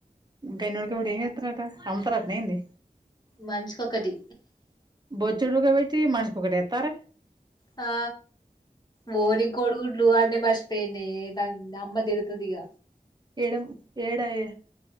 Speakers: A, on the right (about 30°); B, on the left (about 25°).
A: గన్ని వుడకబెట్టి ఏం జేత్తారంట అమ్ముతారంట్నా ఏంది
B: మంచికొకటి
A: బొచ్చెడు ఉడకబెట్టి మనిషికొకటి ఏత్తారా
B: హా బోని కోడుగుడ్లు అన మర్సిపేందే దానికి అమ్మ దిడతది ఇగ
A: ఏడం ఏడా ఏ